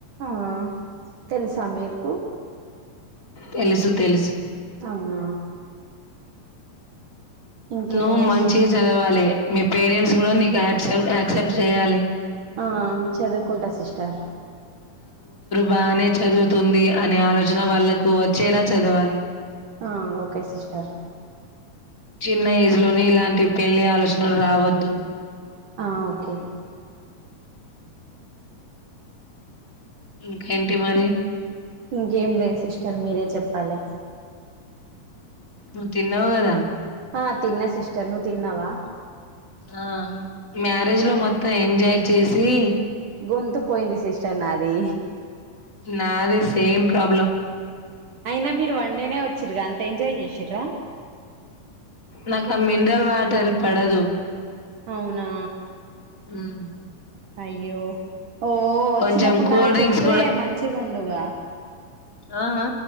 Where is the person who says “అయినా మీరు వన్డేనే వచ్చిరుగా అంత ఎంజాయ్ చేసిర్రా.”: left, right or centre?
Right